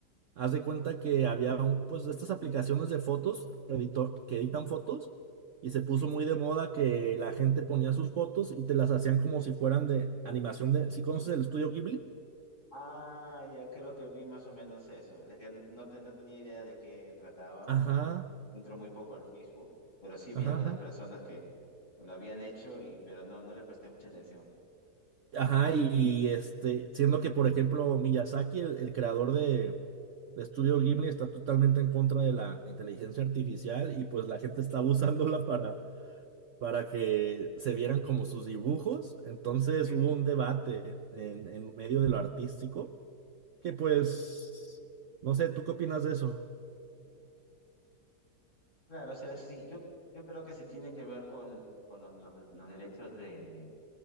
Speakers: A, on the right (about 55°); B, on the left (about 45°).
A: Haz de cuenta que había un- pues de estas aplicaciones de fotos, editor, que editan fotos, y se puso
B: sí.
A: muy de moda que la gente ponía sus fotos y te las hacían como si fueran de animación de, ¿sí conoces el estudio Ghibli?
B: Ah, ya creo que vi más o menos eso. Es que no, te- no tenía idea de qué trataba
A: Ajá,
B: y entro muy poco al Facebook, pero sí vi
A: ajá,
B: algunas
A: ajá.
B: personas que lo habían hecho y pero no, no le presté mucha atención.
A: Ajá, y este, siendo que, por ejemplo, Miyazaki, el, el creador de, de Estudio Ghibli, está totalmente en contra de la inteligencia artificial y pues la gente está abusándola para, para que se vieran como sus dibujos. Entonces
B: Sí.
A: hubo un debate en, en medio de lo artístico, que pues, no sé, ¿tú qué opinas de eso?
B: Claro, o sea, sí, yo, yo creo que sí tiene que ver con, con los, los- los derechos de,